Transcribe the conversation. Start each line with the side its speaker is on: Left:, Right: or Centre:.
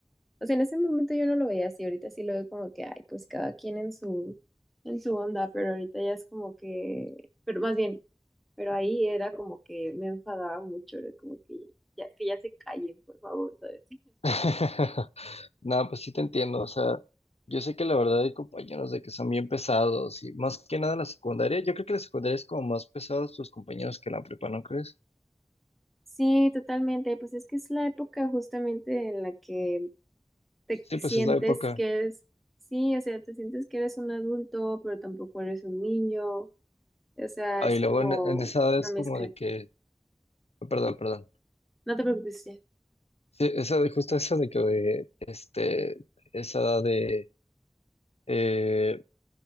Centre: o sea, en ese momento yo no lo veía así, ahorita sí lo veo como que, ay, pues cada quien en su, en su onda, pero ahorita ya es como que, pero más bien, pero ahí era como que me enfadaba mucho, era como que ya, que ya se callen, por favor, ¿sabes?
Left: <laughs> Nada, pues sí te entiendo. O sea, yo sé que la verdad hay compañeros de que son bien pesados y más que nada la secundaria. Yo creo que la secundaria es como más pesados tus compañeros que la prepa, ¿no crees?
Centre: Sí, totalmente. Pues es que es la época justamente en la que te
Left: Sí,
Centre: sientes
Left: pues es la época.
Centre: que eres, sí, o sea, te sientes que eres un adulto, pero tampoco eres un niño. O sea,
Left: Ah,
Centre: es
Left: y luego
Centre: como
Left: en, en esa edad
Centre: una
Left: es
Centre: mezcla.
Left: como de que, perdón, perdón.
Centre: No te preocupes, ya.
Left: Sí, esa, de- justo eso de que, eh, este, esa edad de eh,